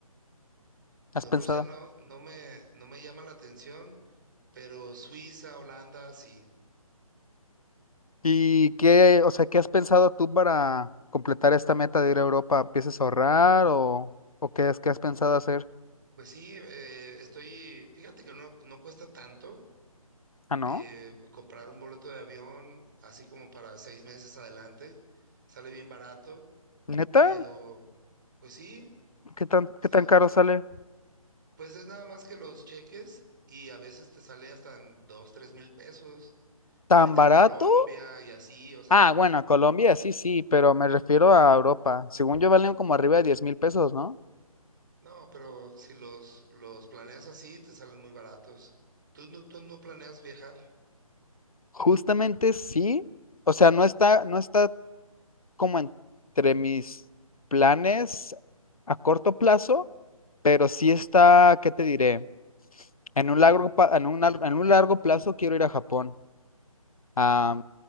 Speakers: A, on the right (about 35°); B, on the left (about 70°).
A: Bueno,
B: ¿Has pensado?
A: Rusia no, no me, no me llama la atención, pero Suiza, Holanda, sí.
B: ¿Y qué, o sea, qué has pensado tú para completar esta meta de ir a Europa? ¿Empiezas a ahorrar o, o qué es que has pensado hacer?
A: Pues sí, eh, estoy, fíjate que no, no cuesta tanto.
B: Ah, ¿no?
A: eh, comprar un boleto de avión, así como para seis meses adelante, sale bien barato,
B: ¿Neta?
A: pero pues sí,
B: ¿Qué tan,
A: o sea,
B: qué tan caro sale?
A: pues es nada más que los cheques y a veces te sale hasta en dos, tres mil pesos
B: ¿Tan
A: irte
B: barato?
A: a Colombia y así, o sea,
B: Ah, bueno, Colombia sí, sí, pero me refiero a Europa. Según yo valen como arriba de diez mil pesos, ¿no?
A: no, pero si los, los planeas así, te salen muy baratos. ¿Tú no, tú no planeas viajar?
B: Justamente sí. O sea, no está, no está como entre mis planes a corto plazo, pero sí está, ¿qué te diré? En un largo, pa- en un, lar- en un largo plazo quiero ir a Japón. Ah,